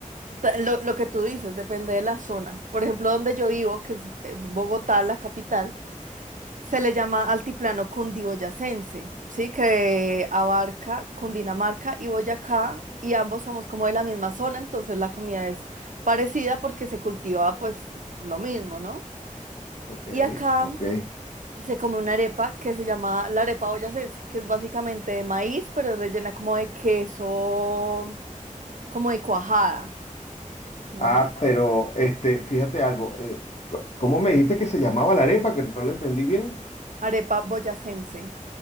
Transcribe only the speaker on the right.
ta- lo, lo que tú dices depende de la zona. Por ejemplo, donde yo vivo, que es eh, Bogotá, la capital. Se le llama altiplano cundiboyacense, ¿sí? Que abarca Cundinamarca y Boyacá y ambos somos como de la misma zona, entonces la comida es parecida porque se cultiva pues lo mismo, ¿no?
Y acá
se come una arepa que se llama la arepa boyacense, que es básicamente de maíz, pero es rellena como de queso, como de cuajada, ¿m?
Arepa boyacense.